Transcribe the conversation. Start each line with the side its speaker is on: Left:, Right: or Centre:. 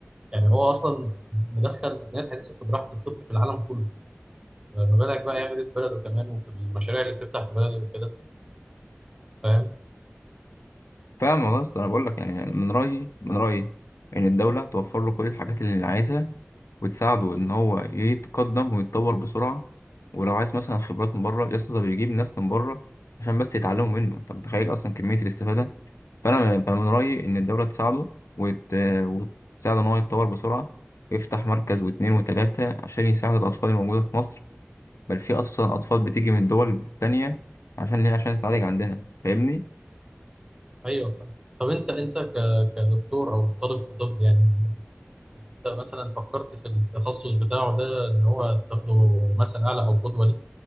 Right: يعني هو أصلا مدخل تقنيات حديثة في براحة الطب في العالم كله ما بالك بقى يعمل ايه في بلده كمان وفي المشاريع اللي بتفتح في بلده وكده فاهم
Left: فاهم والله يا اسطى انا بقول لك يعني من رايي من رايي ان الدوله توفر له كل الحاجات اللي عايزها وتساعده ان هو يتقدم ويتطور بسرعه ولو عايز مثلا خبرات من بره يا اسطى ده بيجيب ناس من بره عشان بس يتعلموا منه انت متخيل اصلا كميه الاستفاده فانا فأنا من رايي ان الدوله تساعده وت... وتساعده ان هو يتطور بسرعه ويفتح مركز واتنين وتلاته عشان يساعد الاطفال الموجوده في مصر بل في اصلا اطفال بتيجي من دول تانية عشان عشان تتعالج عندنا فاهمني
Right: ايوه فاهم طب انت انت ك... كدكتور او طالب في طب يعني انت مثلا فكرت في التخصص بتاعه ده ان هو تاخده مثلا اعلى او قدوه ليك